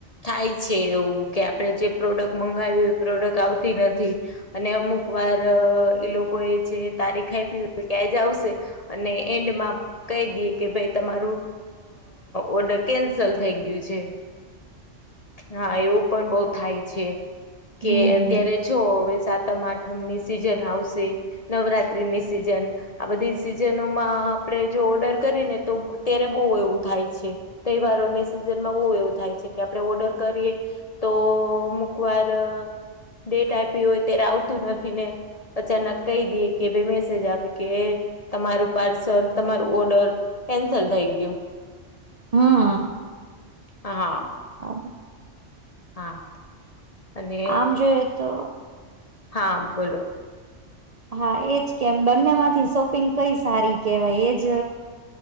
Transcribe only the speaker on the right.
હમ
હમ
હા
હા
આમ જોયું તો
હા એજ કેમ બંને માંથી શોપિંગ કઈ સારી કેહેવાય એજ